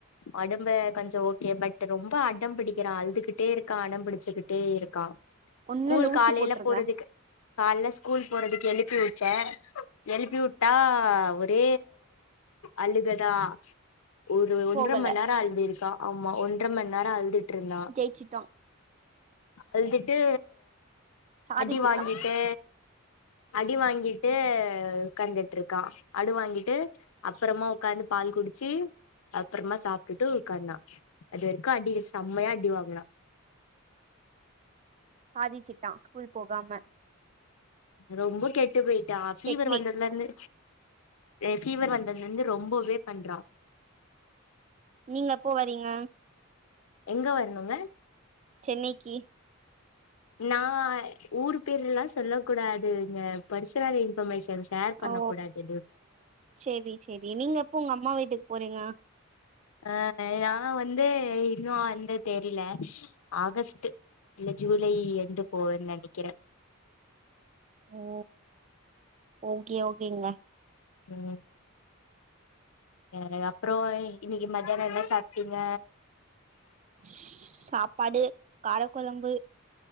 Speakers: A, on the left; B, on the right.
A: ஒடம்பு கொஞ்சோ ஓகே பட் ட் ரொம்போ அடம் புடிக்கிறா அழுதுகிட்டே இருக்கா அடம் புடிச்சுகிட்டே இருக் கா
B: ஒன்னு
A: ஸ்கூல்
B: இல்ல ஊசி
A: காலைலப்
B: போட்ருங்க
A: போறதுக்கு கால்ல ஸ்கூல் போறதுக்கு எழுப்பி வுட்டே எழுப்பி வுட்டா டே அழுகதா ஒரு ஒன்ற
B: போகல
A: மண் நேரோ அழுதிருக்கா ஆமா ஒன்ற மண் நேரோ அழுதுட்ருந்தா
B: ஜெயிச்சிட்டோ
A: அழ்துட்டு
B: சாதிச்சிட்டா
A: அடி வாங்கிட்டு அடி வாங்கிட்டு கண்டுட்ருக்கா அடு வாங்கிட்டு அப்றோமா வுக்காந்து பால் குடிச்சி அப்றோமா சாப்ட்டுட்டு வுக்காந்தா அது வரைக்கு அடி செம்மையா அடி வாங்கனா
B: சாதிசிட்டா ஸ்கூல் போகாம
A: ரொம்ப கெட்டு போயிட்டா ஃபீவர்
B: டெக்னிக்
A: வந்ததுலருந்து அ ஃபீவர் வந்ததுலந்து ரொம்பவே பண்றா
B: நீங்க எப்போ வரீங்க
A: எங்க வரணுங்க
B: சென்னைக்கி
A: நா ஊர் பேர்லா சொல்லக் கூடாதுங்க பர்சனல் இன்ஃபர்மேஷன்ஸ் ஷேர் பண்ணக்
B: ஓ
A: கூடாது டியூட்
B: சேரி சேரி நீங்க எப்போ வுங்க அம்மா வீட்டுக் போறீங்க
A: அ நா வந்து இன்னு வந்து தெரில ஆகஸ்ட்டு இல்ல ஜூலை என்டு போவேன் நெனைக்கிறே
B: ஓ ஓகே ஓகேங்க
A: ம் எ அப்றோ இன்னைக்கு மத்யானோ என்ன சாப் டிங்க
B: ஸ் சாப்பாடு காரக்கொழம்பு